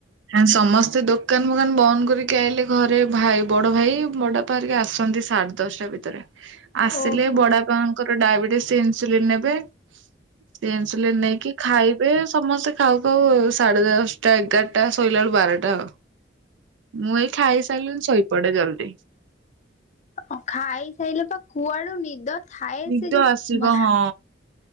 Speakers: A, on the right (about 80°); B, on the left (about 40°).
A: ଆ ସମସ୍ତେ ଦୋକାନ ଫୋକାନ ବନ୍ଦ କରିକି ଆଇଲେ ଘରେ ଭାଇ ବଡ ଭାଇ ବଡାପା ହରିକା ଆସନ୍ତି ସା ଡେ ଦଶଟା ଭିତରେ। ଆସିଲେ
B: ଓହୋ
A: ବଡବାପାଙ୍କର ଡାଇବେଟିସ ସେ ଇନ୍ସୁଲିନ ନେବେ ସେ ଇନ୍ସୁଲିନ ନେଇକି ଖାଇବେ ସମସ୍ତେ ଖାଉ ଖାଉ ସାଢେ ଦଶଟା ଏଗାର ଟା ଶୋଇଲା ବେଳୁ ବାରଟା ଆଉ ମୁଁ ଏଇ ଖାଇସାଇଲିିନି ଶୋଇପଡେ ଜଲ୍ଦି।
B: ଅ ଖାଇସାଇଲେ ତ କୁଆଡୁ ନିଦ ଥାଏ
A: ନିଦ
B: ସେ ଯୋଉ
A: ଆସିବ
B: ମା
A: ହଁ